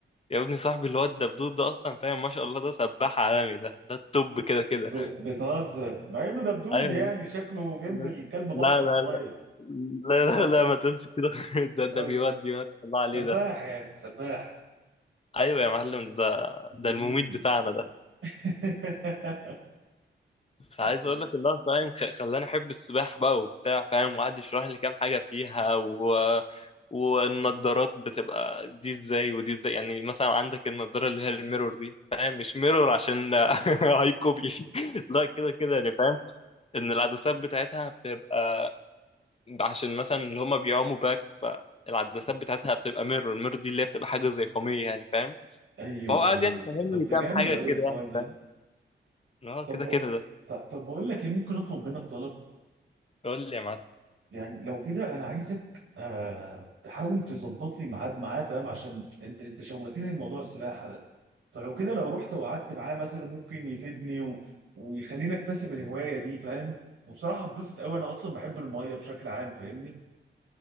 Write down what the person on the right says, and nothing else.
ب... بتهزر مع انه دبدوب
يعني شكله بينزل
كلب
بحر
في الميه
سب...
سب-
سباح
يعني سباح
مم.
<laughs>
طب
ايوه
ايوه
يعني.
طب
ده
جامد
قوي
الحوار
ده
طب
طب طب بقول لك ايه ممكن اطلب منك طلب
يعني لو كده انا عايزك آه تحاول تظبط لي ميعاد معاه فاهم عشان انت انت شوقتني لموضوع السباحه ده فلو كده لو رحت وقعدت معاه مثلا ممكن يفيدني و... ويخليني اكتسب الهوايه دي فاهم وبصراحه اتبسط قوي انا اصلا بحب الميه بشكل عام فاهمني